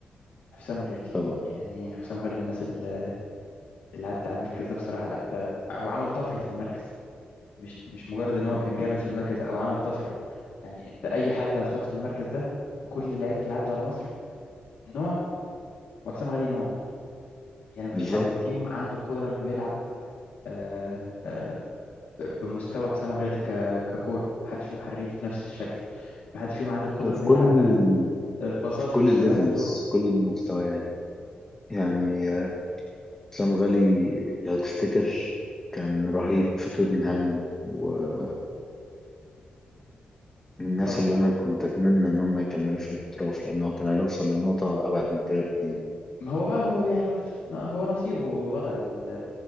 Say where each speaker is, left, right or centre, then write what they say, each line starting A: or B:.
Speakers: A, on the left (about 75°); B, on the left (about 20°).
A: حسام غالي
B: طبعا
A: يعني حسام غالي من الناس ال- اللي عدت على المركز ده بصراحه لا آه هو عمل طفره في المركز مش مش مجرد ان هو
B: آه
A: كان جامد في المركز او عمل طفره يعني انت اي حد هتحطه في المركز ده كل اللعيبه اللي عدوا على مصر نوع وحسام غالي نوع يعني مفيش
B: بالظبط
A: حد فيهم عنده قدره انه يلعب آه، آه، بمستوى حسام غالي ك- ككوره محدش فيهم حريف بنفس الشكل محدش فيهم عنده القدره
B: وفي
A: انه يلعب
B: كل
A: بقى
B: ال...
A: الباصات
B: في كل
A: والسرعات
B: الليفلز
A: بتوعه
B: كل المستويات يعني آه، حسام غالي لو تفتكر كان رهيب في توتنهام ويعني من الناس
A: طبعا
B: اللي أنا كنت أتمنى إن هم يكملوا في الاحتراف لأن هو كان هيوصل لنقطة أبعد من كده بكتير
A: ما هو بقى هو يعني هو في- هو نصيبه ووضع ال-